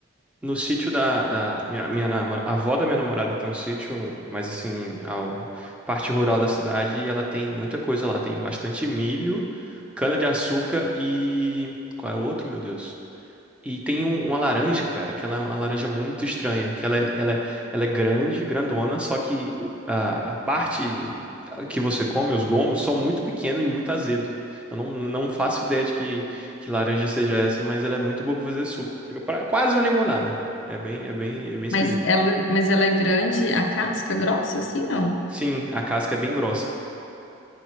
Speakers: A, in the centre; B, on the left (about 70°).
A: No sítio da, da minha, minha namora- a avó da minha namorada tem um sítio, mas assim, ao parte rural da cidade, e ela tem muita coisa lá. Tem bastante milho, cana-de-açúcar e. Qual é o outro, meu Deus? E tem um- uma laranja, cara, que ela é uma laranja muito estranha, que ela é, ela é, ela é grande, grandona, só que o- a, a parte que você come, os gomos, são muito pequenos e muito azedo. Eu não, não faço ideia de que, que laranja seja essa, mas ela é muito boa pra fazer suco. Fica pra- quase uma limonada. É bem, é bem, é bem esquisito.
B: Mas ela, mas ela é grande, a casca grossa, assim, não?
A: Sim, a casca é bem grossa.